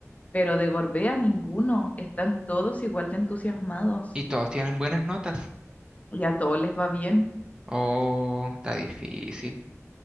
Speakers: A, on the left; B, on the right.
A: Pero de Gorbea ninguno, están todos igual de entusiasmados
B: Y todos tienen buenas notas.
A: y a todos les va bien.
B: Oh, está difícil.